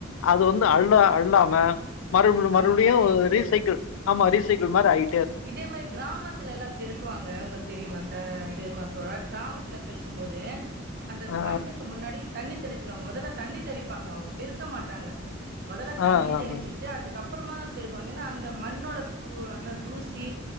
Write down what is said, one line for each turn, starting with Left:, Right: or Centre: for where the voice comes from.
Left: அது வந்து அள்ள அள்ளாம மறுபடியு
Right: ஆமா,
Left: மறுபடியு
Right: தள்ளி
Left: ஒரு
Right: விட்டது.
Left: ரீசைக்கிள் ஆமா ரீசைக்கிள் மாரி ஆயி
Right: இதே மாரி கிராமத்துலல்லா பெருக்குவாங்க உங்களுக்கு தெரியுமா சார் தெரியமாத்தோடா கிராமத்துல பெருக்கும்போது அந்த
Left: ஆ,
Right: மண்ணுக்கு முன்னாடி தண்ணி தெளிச்சிருவாங்க மொதல்ல தண்ணி தெளிப்பாங்க அவங்க பெருக்க மாட்டாங்க மொதல்ல
Left: ஆ,
Right: தண்ணி
Left: ஆ,
Right: தெளிச்சிட்டு
Left: ஆ.
Right: அதுக்கப்புறமா தா பெருக்குவாங்க என்னா அந்த மண்ணோட தூ அ தூசு சி